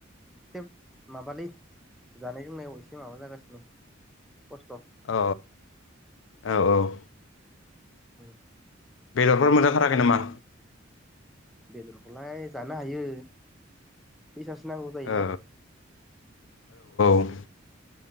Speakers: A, in the centre; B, on the left (about 65°).
A: <unintelligible> माबालै जानाय लोंनायाव एसे माबा जागासिनो खस्थ'
B: औ औ औ औ
A: <inaudible>
B: बेदरफोर मोनजाथाराखै
A: संनानै
B: नामा?
A: बेदरखौलाय जानो हायो फैसासो नांगौ जायोना
B: औ <inaudible>